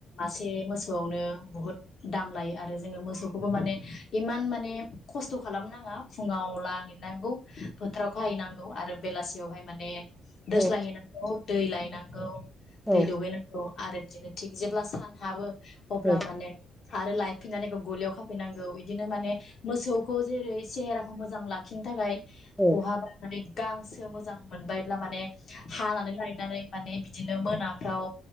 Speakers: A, on the left; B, in the centre.
A: एसे मोसौआवनो बुहुद दाम लायो आरो जोङो मोसौखौबो माने इमान माने खस्थ खालामनााङा फुङाव लांनांगौ फोथाराव खाहैनांगौ आरो बेलासियावहाय माने दोस्लाय
B: औ
A: हैनांगौ दै लायनांगौ
B: औ
A: दै दौहैनांगौ आरो बिदिनो थिग जेब्ला सान हाबो
B: औ
A: अब्ला माने आरो लायफिननानै गलियाव खाफैनांगौ बिदिनो माने मोसौखौ जेरै सेहेराखौ मोजां लाखिनो थाखाय
B: औ औ
A: बहाबा माने गांसो मोजां मोनबायब्ला माने हानानै लायनानै माने बिदिनो मोना फ्राव